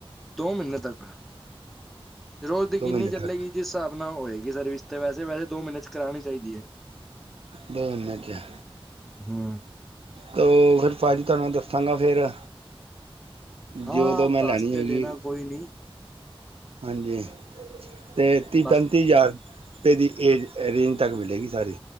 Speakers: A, in the centre; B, on the right.
A: ਦੋ ਮਹੀਨੇ ਤੱਕ। ਰੋਜ਼ ਯਕੀਨੀ
B: ਦੋ ਮਹੀਨੇ
A: ਚੱਲੇਗੀ
B: ਤੱਕ
A: ਜਿਸ ਹਿਸਾਬ ਨਾਲ ਹੋਏਗੀ ਸਰਵਿਸ ਤੇ ਵੈਸੇ -ਵੈਸੇ ਦੋ ਮਹੀਨੇ 'ਚ ਕਰਾਣੀ ਚਾਹੀਦੀ ਹੈ।
B: ਬ ਨ ਗਿਹਾ।
A: ਹੂੰ।
B: ਕ ਫੇਰ ਭਾਜੀ ਤੁਹਾਨੂੰ ਮੈਂ ਦੱਸਾਂਗਾ ਫਿਰ
A: ਹਾਂ
B: ਜਦੋ ਮੈਂ
A: ਦੱਸ
B: ਲੈਣੀ
A: ਤੇ
B: ਹੋਏਗੀ।
A: ਦੇਣਾ ਕੋਈ ਨੀ
B: ਹਾਂਜੀ, ਤੇ ਤੀ
A: ਬਸ
B: ਪੈਂਤੀ ਯਾਰ ਪੇ ਦੀ ਏਜ, ਏਹ ਰੇਂਜ ਤੱਕ ਮਿਲੇਗੀ ਸਾਰੀ,